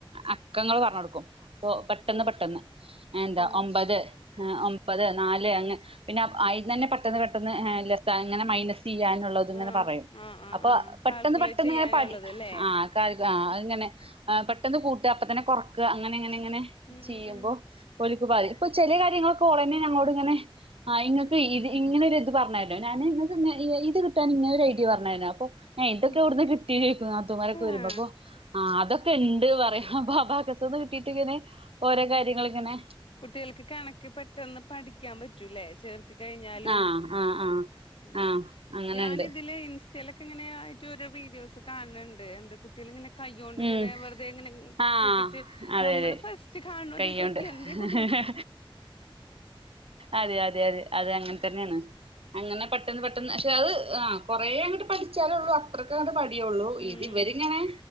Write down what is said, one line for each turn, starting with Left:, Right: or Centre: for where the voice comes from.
Right: അക്കങ്ങള് പറഞ്ഞു കൊടുക്കും. ഇപ്പോ പെട്ടെന്ന്
Left: ആഹ്
Right: പെട്ടെന്ന്. എന്താ
Left: ആഹ് ആഹ്
Right: ഒമ്പത്, ഒമ്പത്, നാല് അങ്ങ്. പിന്നെ ആയിൽന്നന്നെ പെട്ടെന്ന് പെട്ടെന്ന് ലെസ്താൻ ഇങ്ങനെ മൈനെസയ്യാനും. ഒള്ളതിങ്ങനെ
Left: ആഹ്
Right: പറയും.
Left: ആഹ് ആഹ്
Right: അപ്പോ
Left: ആഹ്
Right: പെട്ടെന്ന്
Left: കാൽക്കുലേറ്റ്
Right: പെട്ടെന്നിങ്ങനെ
Left: ചെയ്യാനുള്ളത്
Right: പഠി
Left: അല്ലേ
Right: ആഹ് ആക്ക അഹ്ങ്ങനെ. ആഹ് പെട്ടെന്ന് കൂട്ട അപ്പത്തന്നെ കൊറക്ക അങ്ങനെങ്ങനെ ഇങ്ങനെ.
Left: ഉം
Right: ചെയ്യുമ്പോ
Left: ഉം ഉം
Right: ഒൽക്ക് പാതി ഇപ്പൊ ചെലേ കാര്യങ്ങളൊക്കെ ഓളന്നെ ഞങ്ങളോടിങ്ങനെ. ആഹ് ഇങ്ങെക്ക് ഇത് ഇങ്ങനൊരു ഇത് പറഞ്ഞര്നോ. ഞാന് ങ്ങക്ക്ന്ന് ഇത് കിട്ടാൻ ഇങ്ങനെ ഒരു ഐഡിയ പറഞ്ഞര്നോ അപ്പൊ ഏഹ്
Left: ഉം
Right: ത് എവെടുന്ന് കിട്ടി ചോയ്ക്കും നത്തൂമാരൊക്കെ വെരുമ്പോ.
Left: ആഹ്
Right: അപ്പോ. ആഹ് അതൊക്കെണ്ട് പറയും. അപ്പ അബാക്കസെന്ന് കിട്ടീട്ടിങ്ങനെ ഓരോ കാര്യങ്ങളിങ്ങനെ.
Left: കുട്ടികൾക്ക് കണക്ക് പെട്ടെന്ന് പഠിക്കാൻ പറ്റൂലേ. ചേർത്തി കഴിഞ്ഞാലും.
Right: ആ ആ ആ
Left: ഉം
Right: ആ അങ്ങനെണ്ട്
Left: ഞാനിതിലേ ഇൻസ്റ്റയിലെക്കെ ഇങ്ങനെയായിട്ട് ഓരോ വീഡിയോസ് കാൺണ് ണ്ട് എന്ത കു ട്ടിളിങ്ങനെ കയ്യോണ്ടിങ്ങനെ
Right: ഉം
Left: വെറുതെയിങ്ങനെങ്ങ്
Right: ആ
Left: കൂട്ടിച്ച്
Right: അതെ
Left: നമ്മെള് ഫസ്റ്റ് കാണോര്
Right: കയ്യോണ്ട്
Left: വിചാരിക്കും എന്തേ കു
Right: ങേ അതെ അതെ അതെ അതെ അങ്ങനെ തന്നെയാണ് അങ്ങനെ പെട്ടെന്ന് പഠി ട്ടന്ന് പക്ഷെ അത് ആഹ് കൊറെ അങ്ങട്ട് പഠിച്ചാലേ ഉള്ളൂ അത്രക്കങ്ങട്ട് പഠിയുള്ളൂ
Left: ഉം
Right: ഇത് ഇവരിങ്ങനെ